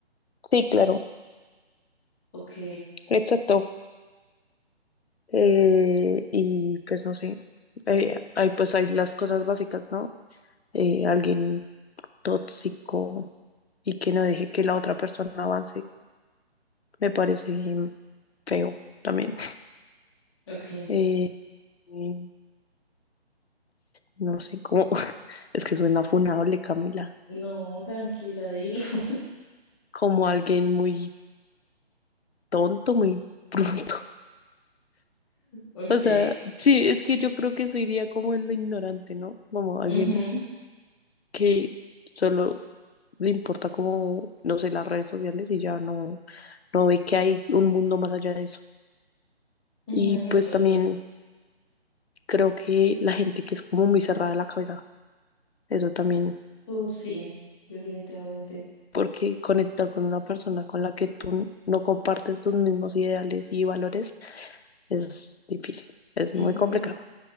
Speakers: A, on the left; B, in the centre.
A: Sí, claro,
B: Ok,
A: exacto. Eh, y pues no sé, eh, hay, pues hay las cosas básicas, ¿no? Eh, alguien tóxico y que no deje que la otra persona avance, me parece mm, feo también.
B: ok,
A: <laughs> Eh, No sé cómo, <laughs> es que suena funable, Camila,
B: no, tranquila, dilo. <laughs>
A: como alguien muy tonto, muy bruto. <laughs>
B: Ok,
A: O sea, sí, es que yo creo que eso iría como en lo ignorante, ¿no? Como
B: ujú,
A: alguien que solo le importa como, no sé, las redes sociales y ya no, no ve que hay un mundo más allá de eso.
B: ujú,
A: Y pues
B: ok,
A: también creo que la gente que es como muy cerrada de la cabeza, eso también
B: oh sí, definitivamente.
A: porque conectar con una persona con la que tú no compartes tus mismos ideales y valores es difícil, es muy
B: Ujú,
A: complicado.